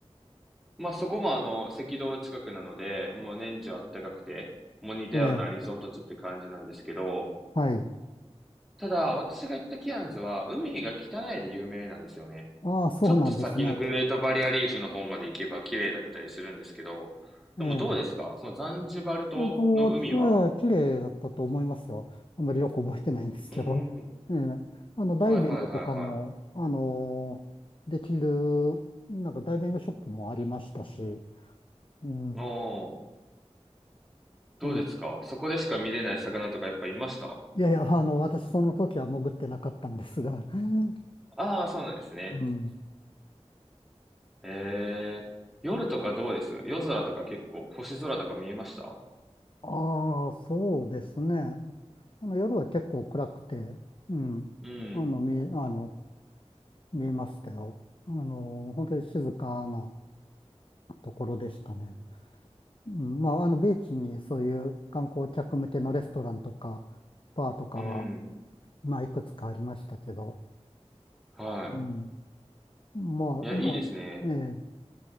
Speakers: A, in the centre; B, on the left.
A: まあそこもあの、赤道近くなので、もう年中あったかくて、もう似たようなリゾート地って感じなんですけど、
B: ええ、はい。
A: ただ、私が行ったケアンズは、海が汚いで有名なんですよね。
B: ああ、そうなんですね。
A: ちょっと先のグレートバリアリーフの方まで行けば綺麗だったりするんですけど、でもどうですかそのザンジバル島の海は。
B: ええ。もうきれい、綺麗だったと思いますよ。あんまりよく覚えてないんですけど。
A: うーん。
B: <laughs> ええ、あの、ダイビングとかも、
A: はいはいはいはい。
B: あのできる、なんかダイビングショップもありましたし、うん。
A: おー、どうですかそこでしか見れない魚とかやっぱいました
B: ええ、いやいや、あの、私その時は潜ってなかったんですが、<laughs>
A: ああー、そうなんですね。
B: うん。
A: へえ。夜とかどうです夜空とか結構、星空とか見えました
B: ああ、そうですね。あの、夜は結構暗くて、うん。
A: うん。
B: あの、見え、あの、見えましたよ。あの、本当に静かなところでしたね。うん、まあ、あの、ビーチにそういう観光客向けのレストランとか、バーとかは、
A: うん。
B: まあ、いくつかありましたけど、
A: は
B: うん。まあ、
A: い。いや、
B: まあ、
A: いいですね。
B: ええ、